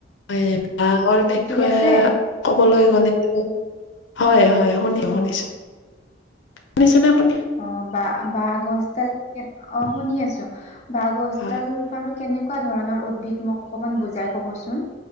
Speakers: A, on the left (about 80°); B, on the left (about 40°).
A: বাহ গছৰ বিষয়ে
B: ঠিক আছে
A: ক'লে মানে হয়, হয় শুনি শুনিছো শুনিছেনে আপুনি?
B: অ' বা বাহগছডাল অ' শুনি আছো বাহগছডাল
A: হয়
B: বাৰু কেনেকুৱা ধৰণৰ উদ্ভিদ মোক অকমান বুজাই কবচোন।